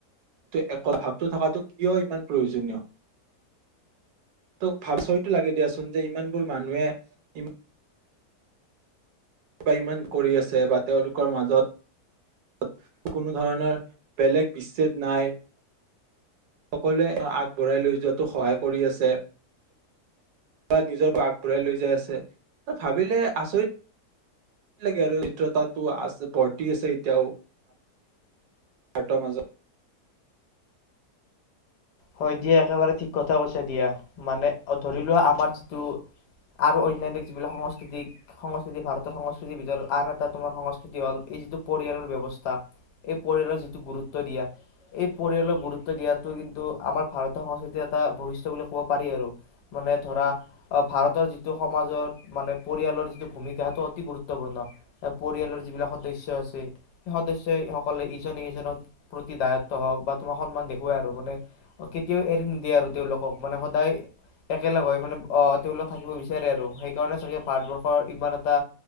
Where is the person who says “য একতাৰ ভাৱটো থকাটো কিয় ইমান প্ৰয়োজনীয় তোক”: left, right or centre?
Right